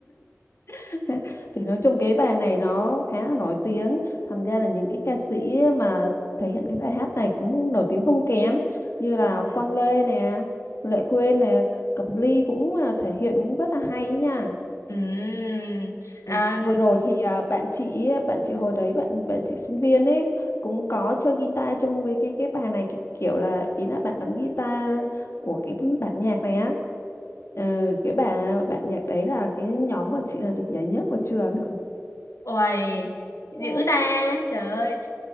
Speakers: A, on the left; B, on the left.
A: <laughs> thì nói chung cái bài này nó khá là nổi tiếng thành ra là những cái ca sĩ mà thể hiện cái bài hát này cũng nổi tiếng không kém như là
B: Ừ.
A: Quang Lê nè Lệ Quyên nè Cẩm Ly cũng là thể hiện cũng rất là hay nha
B: Ừm,
A: Ừ,
B: à,
A: vừa rồi thì à, bạn chị bạn chị hồi đấy bạn bạn chị sinh viên ấy cũng có chơi guitar chung với cái cái bài này cái kiểu là ý là bạn đánh guitar của cái bản nhạc này á Ờ, cái bản bạn nhạc đấy là cái nhóm mà chị là được giải nhất của trường
B: Uầy, dữ
A: <laughs>
B: ta, trời ơi.